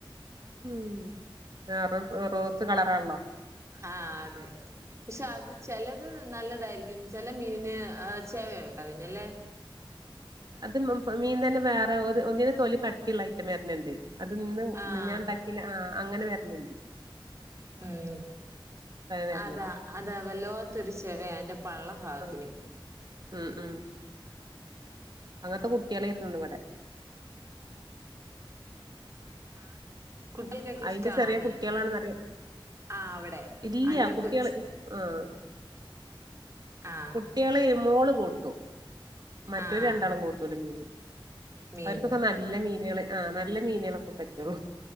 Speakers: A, on the right; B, on the right.
A: ഉം വേറ റോസ് കളറാള്ളോ
B: ആഹ് അതെ പക്ഷെ അത് ചെലത് നല്ലതായിരിക്കും ചെല മീനിന് ചെവയുണ്ട് അതിന് ല്ലേ
A: അത് മീൻ തന്നെ വേറെഒ ഒന്നിന് തൊലി കട്ടിള്ള ഐറ്റം വെര്ന്ണ്ട് അത് ന്ന്
B: ആഹ്
A: മിനിഞ്ഞാന്ന് ണ്ടാക്കീല് ആഹ് അങ്ങനെ വരണ് ണ്ട്
B: ഉം
A: വരണത്
B: അതാ അതാ വല്ലോത്തൊരു ചെവയാ അയ്ന്റെ പള്ളഫാഗത്തിന്
A: ഉം ഉം ഉം അങ്ങനത്തെ കുട്ടിയാളെയിരുന്നു ഇന്ന് വ്ടെ
B: ആഹ് കുട്ടികൾക്കൊക്കെ
A: അയ്ന്റെ
B: ഇഷ്ടാണോ
A: ചെറ്യേ
B: ആ മീൻ
A: കുട്ടികളാണ്ന്നറിയ
B: ആഹ് അവിടെ
A: ഇല്ല്യ
B: അയിന്റെ
A: കുട്ടിയാള്
B: കൊച്ച്
A: ആഹ്
B: ആഹ്
A: ട്ടിയാളേ മോള് കൂട്ടും മറ്റോര്
B: ആഹ്
A: രണ്ടാളും കൂട്ടൂല മീൻ
B: മീൻ
A: അവര്ക്കൊക്കെ നല്ല മീന്യള് ആഹ് നല്ല മീനളൊക്ക പറ്റോള്ളു